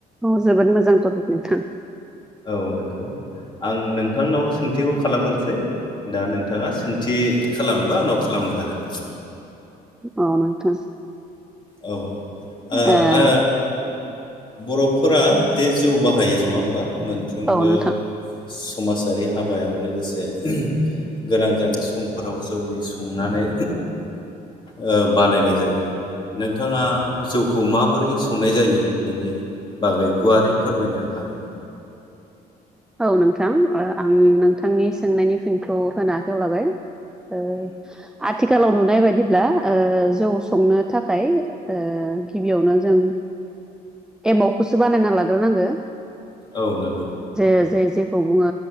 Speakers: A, in the centre; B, on the left (about 30°).
A: औ जोबोद मोजां टपिक नोंथां।
B: औ नोंगौ आं नोंथांनाव सोंथिखौ खालामगोन। दा नोंथाङा सोंथि खालामनोबा आंनाव खालामनो हागोन।
A: औ नोंथां।
B: औ ओ
A: ओ
B: आ। बर'फोरा दे जौ बाहायो नङा होमबा मोनफ्रोमबो।
A: औ नोंथां
B: समाजारि हाबायाव लोगोसे। गोनां जानाय समफोराव जौनि संनानै ओ बानायनाय जायो नोंथाङा जौखौ माबोरै संनाय जायो। बेनि बागै गुवारै फोरमायनो हागोन।
A: औ नोंथां ओ आं नोंथांनि सोंनायनि फिनखौ होनो आखायाव लाबाय। ओ आथि। खालाव नुनाय बायदिब्ला ओ जौ संनो थाखाय ओ गिबियावनो जों एमावखौसो बानायना लाग्रो नांगो
B: औ नंगौ।
A: जे जेखौ बुङो